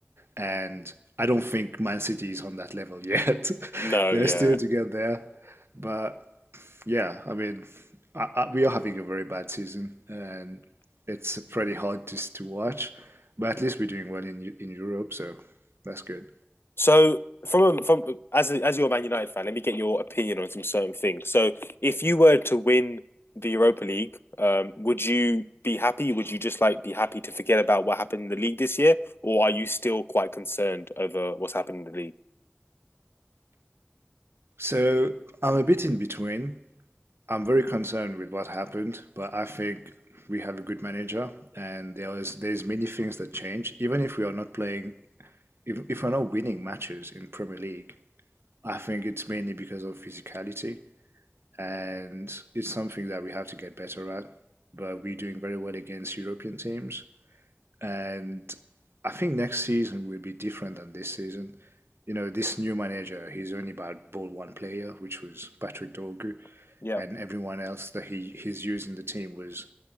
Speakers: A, on the right (about 80°); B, on the left (about 70°).
A: And I don't think Man City is on that level yet.
B: No,
A: <laughs> They're
B: yeah.
A: still to get there, but Yeah, I mean, I, I, we are having a very bad season, and it's pretty hard just to watch. But at least we're doing well in Eu- in Europe, so that's good.
B: So from from as a, as you're a Man United fan, let me get your opinion on some certain things. So if you were to win the Europa League, um, would you be happy? Would you just like be happy to forget about what happened in the league this year, or are you still quite concerned over what's happened in the league?
A: So I'm a bit in between. I'm very concerned with what happened, but I think we have a good manager, and there is there's many things that change. Even if we are not playing, if if we're not winning matches in Premier League, I think it's mainly because of physicality. and it's something that we have to get better at. But we're doing very well against European teams, and I think next season will be different than this season. You know, this new manager, he's only about ball one player, which was Patrick Dorgu,
B: <laughs> Yeah,
A: and everyone else that he he's using the team was,